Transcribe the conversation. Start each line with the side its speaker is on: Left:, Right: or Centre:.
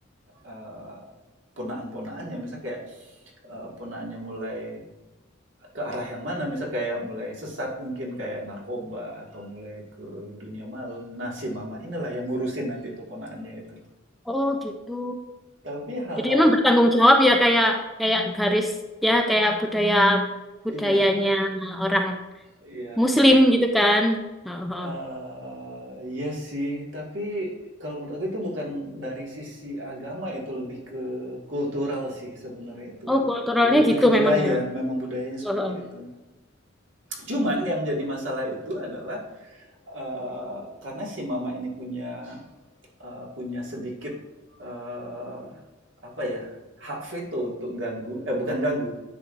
Right: eh, ponaan-ponaannya. Misal kayak eh, ponaannya mulai ke arah yang mana, misal kayak mulai sesat mungkin kayak narkoba atau mulai ke dunia malam. Nah, si mama inilah yang ngurusin nanti itu ponaannya itu.
Centre: Oh, gitu.
Right: Tapi hal-hal
Centre: Jadi emang bertanggung jawab ya kayak kayak garis ya kayak budaya
Right: iya,
Centre: budayanya orang
Right: iya.
Centre: Muslim gitu kan. Oh, oh.
Right: Eee, iya sih, tapi kalau menurut aku itu bukan dari sisi agama itu, lebih ke kultural sih sebenarnya itu.
Centre: Oh, kulturalnya
Right: Lebih
Centre: gitu
Right: ke budaya,
Centre: memang ya.
Right: memang budayanya seperti
Centre: Oh, oh.
Right: itu. Cuman yang jadi masalah itu adalah, eee, karena si mama ini punya, eee, punya sedikit, eee, apa ya, hak veto untuk ganggu eh bukan ganggu,